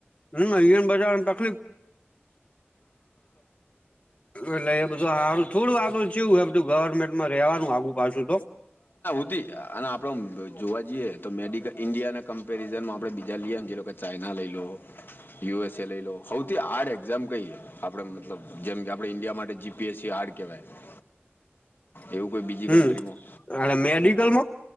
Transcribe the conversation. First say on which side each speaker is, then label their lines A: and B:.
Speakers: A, on the left; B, on the left.
A: હમ એન બજા ઉા
B: <unintelligible> <unintelligible>
A: એટલે એ બધું સારું થોડું આ તો જેવું બધું ગવર્મેન્ટમાં રેવાનું આગુ પાછું તો
B: હતી અને આપડો જોવા જઈએ તો મેડિકલ ઇન્ડિયા ના કમ્પેરિઝન માં આપડે બીજા લમ જે લોકો ચાના લઈ લો યુ એસ એ લઈ લો સૌથી આર્ડ એક્ઝામ કહીએ આપણે મતલબ જેમ કે આપણે ઇન્ડિયા માટે જીપીએસસી આાર્ડ કહેવાય
A: <inaudible>
B: એવું કોઈ બીજી કન્ટમાં
A: હમ અને મેડિકલમાં